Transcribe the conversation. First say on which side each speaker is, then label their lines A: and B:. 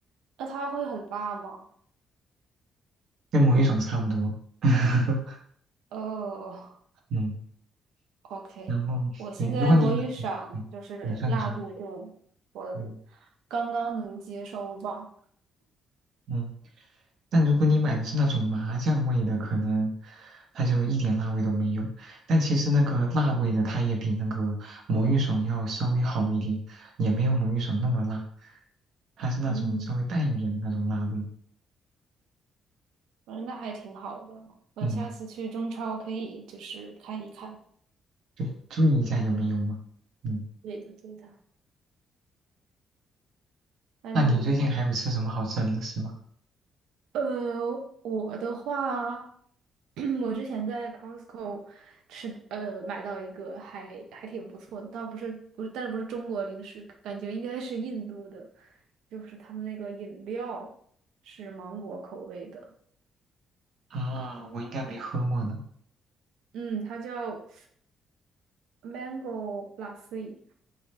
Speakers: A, on the right; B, on the right.
A: 那它会很辣吗？
B: 跟魔芋爽差不多。<laughs>
A: 哦
B: 嗯，
A: ，OK，
B: 然后对，
A: 我现在魔芋爽就是辣度就我
B: 如果你嗯，嗯你说你说，嗯
A: 刚刚能接受吧，
B: 嗯。但如果你买的是那种麻酱味的，可能它就一点辣味都没有。但其实那个辣味的，它也比那个魔芋爽要稍微好一点，也没有魔芋爽那么辣，它是那种稍微淡一点的那种辣味。
A: 嗯嗯，那还挺好的。我下次去中超可以就是看一看。
B: 嗯，对，注意一下有没有嘛。嗯，
A: 对的，对的。那你
B: 那你最近还有吃什么好吃的零食吗？
A: 呃，我的话，<clears throat> 我之前在 Costco 吃，呃，买到一个还还挺不错的，倒不是不是，但是不是中国零食，感觉应该是印度的，就是他们那个饮料是芒果口味的，
B: 啊，我应该没喝过呢。
A: 嗯，它叫 Mango Lassi。